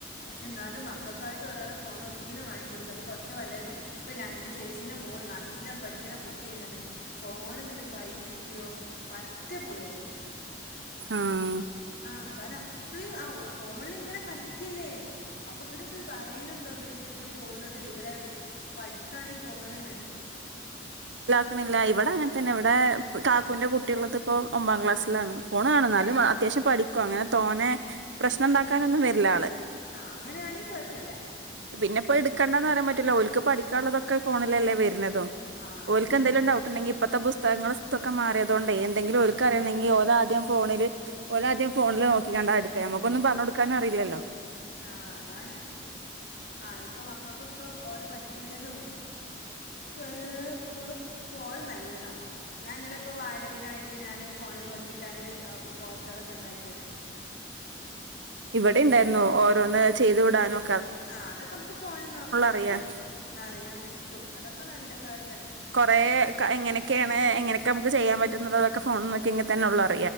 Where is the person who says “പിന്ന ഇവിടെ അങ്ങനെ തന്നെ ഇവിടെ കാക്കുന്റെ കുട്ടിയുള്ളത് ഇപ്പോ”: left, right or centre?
Right